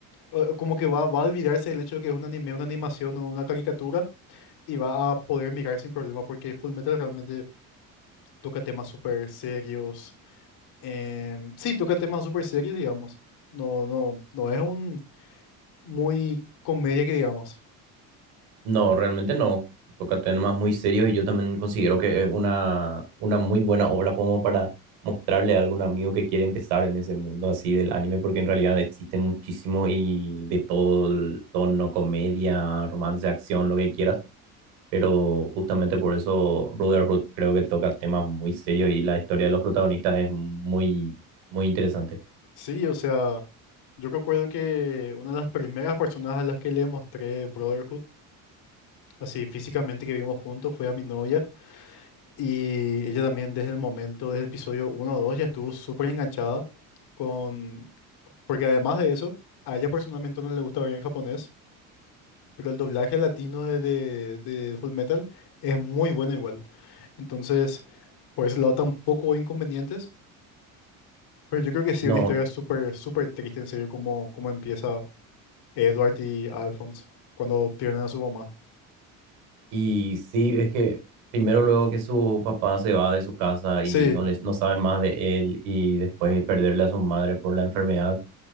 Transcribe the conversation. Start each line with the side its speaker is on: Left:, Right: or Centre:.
Left: o- o Como que va, va a olvidarse del hecho de que es un anime, una animación o una caricatura y va a poder mirar sin problema porque Fullmetal realmente toca temas súper serios. em, sí, toca temas súper serios, digamos. No, no, no es un muy comedia que digamos.
Right: No, realmente no. Toca temas muy serios y yo también considero que es una, una muy buena obra como para mostrarle a algún amigo que quiere empezar en ese mundo así del anime, porque en realidad existen muchísimo y de todo el tono, comedia, romance, acción, lo que quieras. pero justamente por eso Brotherhood creo que toca temas muy serios y la historia de los protagonistas es muy, muy interesante.
Left: Sí, o sea, yo recuerdo que una de las primeras personas a las que le mostré Brotherhood así físicamente que vimos juntos fue a mi novia y ella también desde el momento, desde el episodio uno o 2 ya estuvo súper enganchada con... Porque además de eso, a ella personalmente no le gusta ver en japonés, pero el doblaje latino de, de, de Fullmetal es muy bueno igual. Entonces, por ese lado tampoco hubo inconvenientes, pero yo creo que sí
Right: No,
Left: una historia súper, súper triste en serio como, como empieza Edward y Alphonse cuando pierden a su mamá.
Right: y sí, es que primero luego que su papá se va de su casa
Left: Sí,
Right: y no les, no saben más de él y después perderle a su madre por la enfermedad.